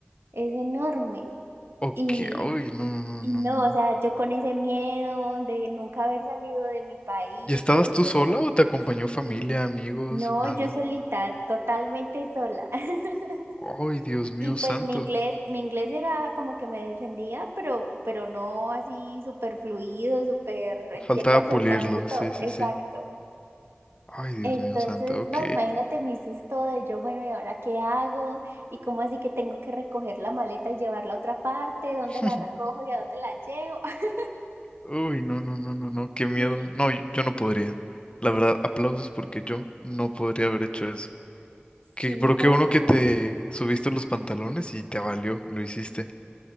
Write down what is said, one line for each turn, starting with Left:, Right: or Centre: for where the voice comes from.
Right: es enorme.
Left: Ok,
Right: Y,
Left: uy, no, no,
Right: y
Left: no,
Right: no,
Left: no, no.
Right: o sea, yo con ese miedo de nunca haber salido de mi país,
Left: ¿Y estabas
Right: yo incluso...
Left: tú sola o te acompañó familia,
Right: sí,
Left: amigos?
Right: no,
Left: Nada.
Right: yo solita, totalmente sola. <laughs>
Left: Ay, Dios mío
Right: Y pues
Left: santo.
Right: mi inglés, mi inglés era como que me defendía, pero, pero no así súper fluido, súper entiendo
Left: Faltaba
Right: absolutamente
Left: pulirlo,
Right: todo.
Left: sí, sí,
Right: Exacto.
Left: sí. Ay, Dios
Right: Entonces,
Left: mío santo, ok.
Right: no, imagínate mi susto de yo, bueno, ¿y ahora qué hago? ¿Y cómo así que tengo que recoger la maleta y llevarla a otra parte? ¿Dónde
Left: <laughs>
Right: la recojo y a dónde la llevo? <laughs>
Left: Uy, no, no, no, no, no, qué miedo.
Right: Sí,
Left: No, yo yo no podría. La verdad, aplausos porque yo no podría haber hecho eso. Que,
Right: sí,
Left: pero qué
Right: no.
Left: bueno que te subiste los pantalones y te valió, lo hiciste.